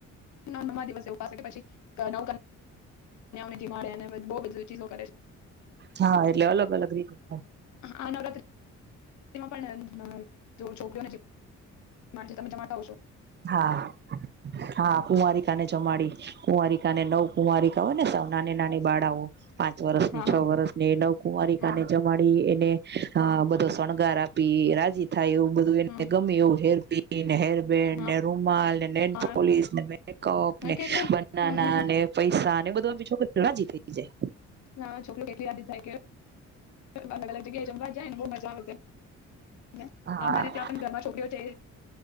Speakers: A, on the left (about 70°); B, on the right (about 35°).
A: નવમ ના દિવસે ઉપવાસ કરે પછી <unintelligible> કાનીયા ઓ ને જીમાડે અને બુ બધું ચીનો કરેછે.
B: હા એટલે અલગ અલગ રીતે થાય
A: આ નવરાત્ર તેમાં પણ છોકરીઓ મામાંથી તમે જમાતા આવશો
B: હા હા કુંવારી ક માડી કુંવારી નવ કુમારી કાવય ને સા નાની નાની બાળાઓ પાંચ વર્ષ ની
A: હા,
B: છ
A: હા,
B: વર્ષ ની નવકુમારિકાને
A: હા,
B: જમાડી એને હ બધો શોણગાર આપી રાજી થ થાય એવું બધું એને
A: હા,
B: ગમે એવું હેર પી ન હેરબન્ડ
A: હા,
B: રુમાલ <unintelligible>
A: હા.
B: ને
A: હા કેટલી
B: બનાને
A: હા
B: પૈસા પીછો જીતેઈ જાય
A: હા છોકરી કેટલી યાદી થાય કે અલગ અલગ જગ્યાએ જ ક્યા એને બહ મજા આવ
B: જાય હા
A: અમારી ત્યાં પણ ઘરમાં છોકરીઓ છે